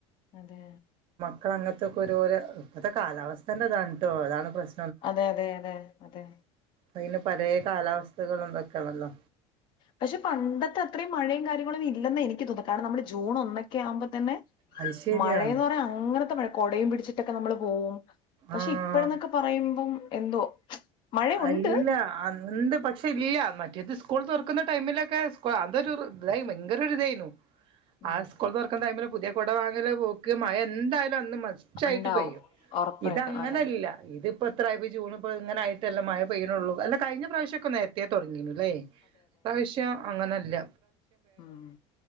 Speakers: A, on the left; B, on the right.
A: അതെ
B: മക്കളങ്ങത്തൊക്കൊരു ഓരോ ഇപ്പഴത്തെ കാലാവസ്ഥെന്റെ ഇതാണ് ട്ടോ അതാണ് പ്രശ്
A: അതെ അതെ അതെ അതെ
B: അതിന് പലെ കാലാവസ്ഥകളും ഇതൊക്കാണല്ലോ
A: പക്ഷെ പണ്ടത്തെ അത്രയും മഴയും കാര്യങ്ങളൊന്നും ഇല്ലെന്ന് എനിക്ക് തോന്നുന്നെ കാരണം നമ്മള് ജൂൺ ഒന്നൊക്കെ ആവുമ്പ തന്നെ
B: അത് ശരിയാ
A: മഴയെന്ന് പറഞ്ഞ അങ്ങനത്തെ മഴ കൊടയും പിടിച്ചിട്ടൊക്കെ നമ്മള് പോവും പക്ഷെ
B: ആഹ്
A: ഇപ്പഴന്നൊക്കെ പറയുമ്പം എന്തോ മഴയുണ്ട്
B: അല്ല അന്ന് പക്ഷെ ഇല്ല മ റ്റേത് സ്കൂൾ തുറക്കുന്ന ടൈമിലൊക്കെ അതൊരു ഇതായി ഭയങ്കര ഇതായിന്നു
A: ഉം.
B: ആ സ്കൂള് തുറക്കുന്ന ടൈമില് പുതിയ കുട വാങ്ങല് പോക്ക് മഴ എന്തായാലും അന്നും മ സ്റ്റായിട്ട്
A: ഉണ്ടാവും
B: പെയ്യും
A: ഉറപ്പായിട്ടും
B: ഇതങ്ങനല്ല
A: അതെ
B: ഇതിപ്പോ എത്രായിപ്പോ ജൂണിപ്പിങ്ങനെ ആയി ട്ടല്ലെ മഴ പെയ്യണുള്ളൂ അല്ല കഴിഞ്ഞ പ്രാവശ്യക്കെ നേരത്തേ തുടങ്ങീനുല്ലേ ഇപ്രാവശ്യം അങ്ങനെല്ല
A: മ്